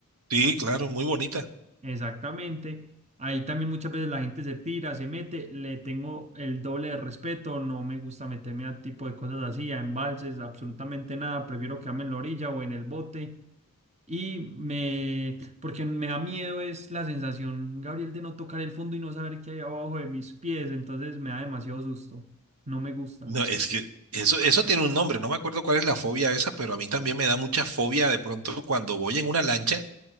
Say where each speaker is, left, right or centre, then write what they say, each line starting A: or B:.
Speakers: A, on the right; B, on the right.
A: sí, claro, muy bonita.
B: Exactamente. Ahí también muchas veces la gente se tira, se mete, le tengo el doble de respeto, no me gusta meterme a tipo de cosas así, a embalses, absolutamente nada, prefiero quedarme en la orilla o en el bote. Y me, porque me da miedo es la sensación, Gabriel, de no tocar el fondo y no saber qué hay abajo de mis pies, entonces me da demasiado susto, no me gusta.
A: No, es que eso, eso tiene un nombre, no me acuerdo cuál es la fobia esa, pero a mí también me da mucha fobia de pronto cuando voy en una lancha